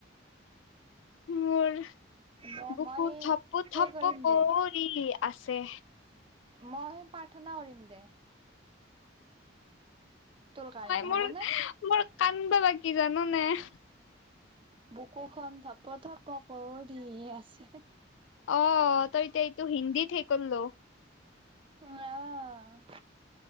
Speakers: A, on the left (about 75°); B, on the right (about 25°).
A: মোৰ
B: দে
A: বুকু
B: মই
A: থপু
B: সেই
A: থপু
B: কৰিম
A: কৰি
B: দে
A: আছে
B: মই প্ৰাৰ্থনা কৰিম দে তোৰ কাৰণে
A: মই
B: হ'ব
A: মোৰ
B: নে?
A: মোৰ কানবা লাগি জান নাই?
B: বুকুখন ধপ থপ কৰি আছে
A: অ তই এতিয়া এইটো হিন্দীত সেই কৰল
B: উ আহ